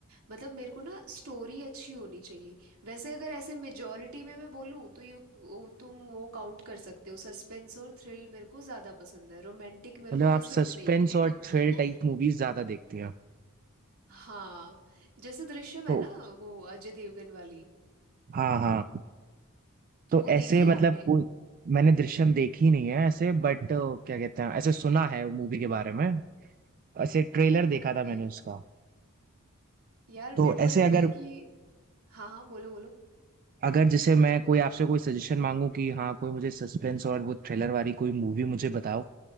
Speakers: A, on the right; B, on the right.
A: मतलब मेरे को ना स्टोरी अच्छी होनी चाहिए वैसे अगर ऐसे मेजोरिटी में मैं बोलूँ तो ये वो, तुम वो काउंट कर सकते हो सस्पेंस और थ्रिल मेरे को ज्यादा पसंद है रोमांटिक मेरे
B: मतलब
A: को
B: आप
A: पसंद
B: सस्पेंस
A: नहीं <laughs>
B: और थ्रिल टाइप मूवीज ज्यादा देखती हैं
A: हाँ जैसे दृश्यम
B: तो
A: है ना वो अजय देवगन वाली
B: हाँ हाँ
A: तो
B: तो
A: वो
B: ऐसे
A: देखी
B: मतलब
A: है आपने
B: कोई मैंने दृश्यम देखी नहीं है ऐसे बट क्या कहते हैं ऐसे सुना है मूवी के बारे में ऐसे ट्रेलर देखा
A: ओके
B: था मैंने उसका
A: यार
B: तो
A: मेरे को
B: ऐसे
A: लग
B: अगर
A: रहा है कि हाँ हाँ बोलो बोलो
B: अगर जैसे मैं कोई आपसे कोई सजेशन मांगू कि हाँ कोई मुझे सस्पेंस और वो थ्रिलर वाली कोई मूवी मुझे बताओ